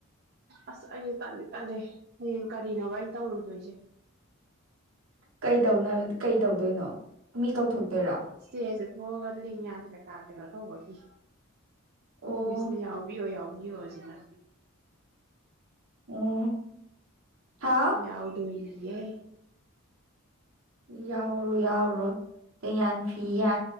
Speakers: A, on the right; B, on the right.
A: ꯑꯁ ꯑꯩꯁꯨ ꯇꯂꯤ ꯇꯜꯂꯦ ꯍꯌꯦꯡ ꯀꯔꯤꯅꯣꯕ ꯑꯩꯅ ꯇꯧꯔꯨꯗꯣꯏꯁꯦ
B: ꯀꯩ ꯀꯩ ꯇꯧꯗꯣꯏꯅꯣ ꯃꯤ ꯀꯧꯊꯣꯛꯇꯣꯏꯔꯣ
A: ꯏꯁꯇꯦꯖꯇ ꯊꯣꯛꯑꯒ ꯂꯦꯡꯌꯥꯟꯖꯀꯥ ꯀꯩꯅꯣ ꯇꯧꯕꯒꯤ
B: ꯑꯣ
A: ꯃꯤꯁꯅ ꯌꯥꯎꯕꯤꯌꯣ ꯌꯥꯎꯕꯤꯌꯣ ꯍꯧꯖꯤꯅ
B: ꯎꯝ ꯍꯥꯎ
A: ꯌꯥꯎꯗꯣ ꯏꯦ
B: ꯌꯥꯎꯔꯣ ꯌꯥꯎꯔꯣ ꯇꯦꯡꯌꯥꯟ ꯐꯤ ꯌꯥ